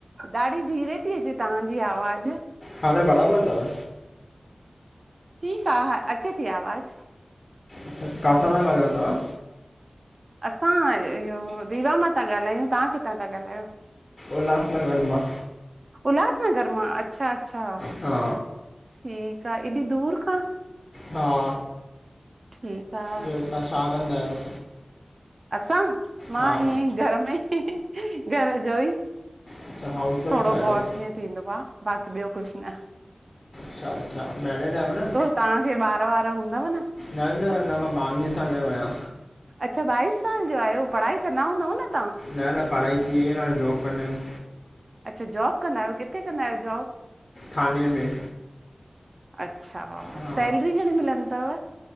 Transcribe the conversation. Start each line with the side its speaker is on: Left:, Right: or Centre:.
Right: ॾाढी धीरे थी अचे तव्हांजी आवाज़ु?
Left: हाणे बराबर थव?
Right: ठीकु आ, हा अचे थी आवाज़ु।
Left: अच्छा काथां ता ॻाल्हयो तहां?
Right: असां इहो रीवा मां था ॻाल्हायूं। तहां किथां था ॻाल्हायो?
Left: उल्हासनगर मां।
Right: उल्हासनगर मां! अच्छा- अच्छा।
Left: हा
Right: ठीकु आ, एॾी दूर खां!
Left: हा
Right: ठीकु आ।
Left: ॿियो तहां छा कंदा आहियो?
Right: असां! मां
Left: हा
Right: ईअं ई घर में ई, घर जो ई।
Left: अच्छा हाउस वाइफ
Right: थोङो
Left: आहियो
Right: बहुत जीअं थींदो आ, बाक़ी ॿियो कुछु न।
Left: अच्छा अच्, छा मैरिड आयो न?
Right: तहांखे ॿार वार हूंदव न!
Left: न न अंञां मां ॿावीह साले जो आहियां।
Right: अच्छा ॿाईस साल जा आयो! पढ़ाई कंदा हूंदव न तहां?
Left: न न पढ़ाई थी वई आ, हाणे जॉब कंदा आहियूं।
Right: अच्छा जॉब कंदा आहियो, किथे कंदा आहियो जॉब?
Left: थाने में।
Right: अच्छा,
Left: हा
Right: सैलरी घणी मिलंदी थव?